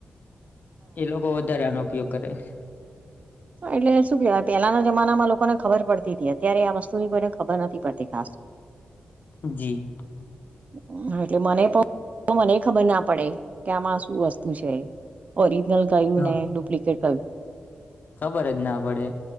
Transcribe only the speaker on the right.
એટલે શું કેવાય પેલાના જમાનામાં લોકોને ખબર પડતી તી તી એમ. ત્યારે આ વસ્તુની કોઈને ખબર નથી પડતી ખાસ.
<inaudible> હા એટલે મને પણ મને એ ખબર ના પડે કે આમાં શું વસ્તુ છે એ. ઓરિજનલ ક્યું
ને ડુપ્લિકેટ ક્યું?